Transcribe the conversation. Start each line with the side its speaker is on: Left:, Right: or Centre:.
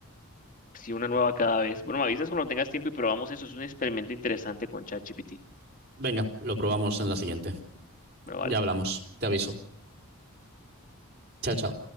Left: Sí, una nueva cada vez. Bueno, me avisas cuando tengas tiempo y probamos eso. Es un experimento interesante con ChatGPT.
Right: Venga, lo probamos en la siguiente.
Left: Bueno, vale.
Right: Ya hablamos. Te aviso. Chao, chao.